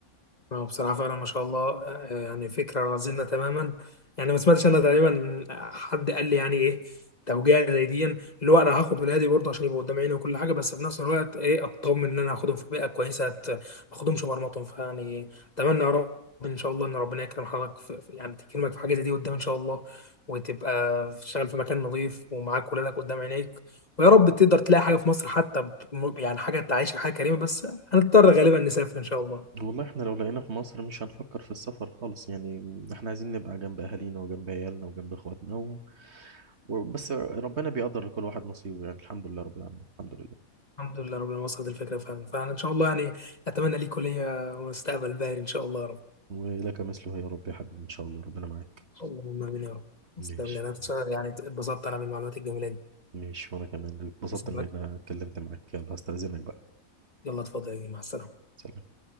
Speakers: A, on the left; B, on the right.
A: هو بصراحة فعلا ما شاء الله آه، يعني فكرة رزينة تماما يعني ما سمعتش أنا تقريبا حد قال لي يعني إيه توجيه زي دي اللي هو أنا هاخد ولادي برضه عشان يبقوا قدام عيني وكل حاجة بس في نفس الوقت إيه أطمن إن أنا هاخدهم في بيئة كويسة ت- ما أخدهمش مرمطهم فيعني أتمنى يا رب إن شاء الله إن ربنا يكرم حضرتك في في- يعني تكرمك في حاجة زي دي قدام إن شاء الله وتبقى تشتغل في مكان نظيف ومعاك ولادك قدام عينيك ويا رب تقدر تلاقي حاجة في مصر حتى بم- يعني حاجة تعيشك حاجة كريمة بس هنضطر غالبا نسافر إن شاء الله
B: والله احنا لو لقينا في مصر مش هنفكر في السفر خالص يعني احنا عايزين نبقى جنب اهالينا وجنب عيالنا وجنب اخواتنا و... وبس ربنا بيقدر لكل واحد نصيبه يعني الحمد لله رب العالمين الحمد لله
A: الحمد لله ربنا وصلت الفكرة فعلا فإن شاء الله يعني أتمنى ليك كلية ومستقبل باهر إن شاء الله يا رب
B: ولك مثله يا رب يا حبيبي ان شاء الله ربنا معاك
A: اللهم آمين يا رب
B: ماشي
A: تسلم لي أنا بصراحة يعني اتبسطت أنا بالمعلومات الجميلة دي
B: ماشي وانا كمان اتبسطت
A: يسلمك
B: ان انا اتكلمت معاك يلا هستأذنك بقى
A: يلا اتفضل يا جميل. مع السلامة
B: سلام